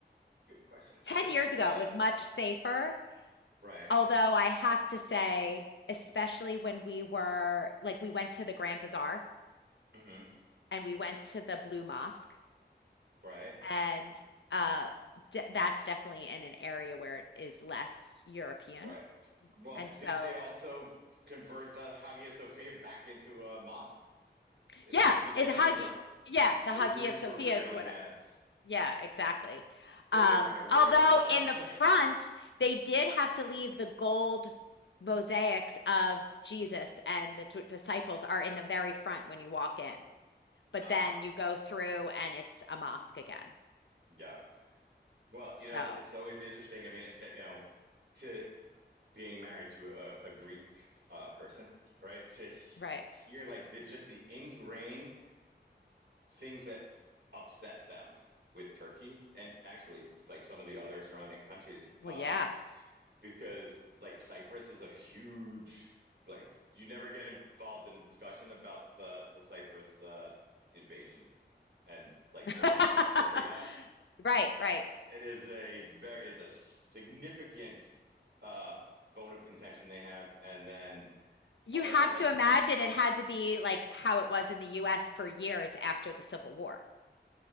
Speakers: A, on the right (about 70°); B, on the left (about 80°).
A: Good question.
B: 10
A: I was
B: years
A: uh,
B: ago it was much safer
A: Right.
B: although i have to say especially when we were like we went to the grand bazaar
A: hmm
B: and we went to the Blue Mosque,
A: Right.
B: and uh, de- that's definitely in an area where it is less European.
A: Right. Well,
B: And so,
A: didn't they also convert the Hagia Sophia back into a mosque? It's
B: yeah,
A: not a museum
B: it's Hagia.
A: anymore.
B: Yeah, the
A: The
B: Hagia
A: Greeks
B: Sophia
A: were really
B: is what.
A: mad.
B: I- Yeah, exactly.
A: They
B: Um,
A: were irate
B: although
A: about that.
B: in the
A: <laughs>
B: front, they did have to leave the gold mosaics of Jesus and the t- disciples are in the very front when you walk in. But
A: Ah,
B: then you go through and it's a mosque again.
A: yeah. Well,
B: So,
A: you know, it's it's always interesting. I mean, uh, you know, to being married to a, a Greek uh, person, right? To he-
B: right.
A: hear like the just the ingrained things that upset them with Turkey and actually like some of the other surrounding countries.
B: Well,
A: Um,
B: yeah.
A: because like Cyprus is a huge like you never get involved in a discussion about the the Cyprus uh, invasion and like
B: <laughs>
A: the lack of support they got.
B: right, right.
A: It is a very is a significant uh, bone of contention they have, and then
B: You
A: other
B: have
A: I like
B: to imagine it had to be like how it was in the US for years after the Civil War.